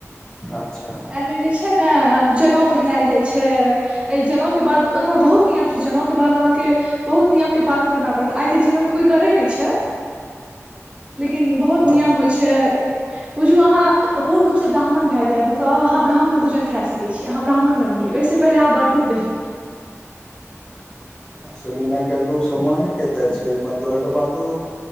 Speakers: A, on the left; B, on the right.
A: अच्छा
B: एहिमे जे छै ने, जनेऊ पहिनेल जाइत छै। जनउके बाद ओ बहुत नियम छै जनउके बाद अहाँके बहुत नियमके पालन करना पड़ैत आइके जीवनमे। कोइ करै नहि छै, लेकिन बहुत बहुत नियम
A: अच्छा
B: होई छै बुझु आहा पुरन रूप साथ बढ़ा मन भजेब तब अहाँ ब्राह्मण भोजन खा सकैत छी अहाँ ब्राह्मण बनि गेलि ओहिसँ पहिने आहाँ बटुक रही <inaudible>
A: अच्छा, लेकिन आइ-काल्हि लोकसभ मान कते छै? मतलब एकर बादो।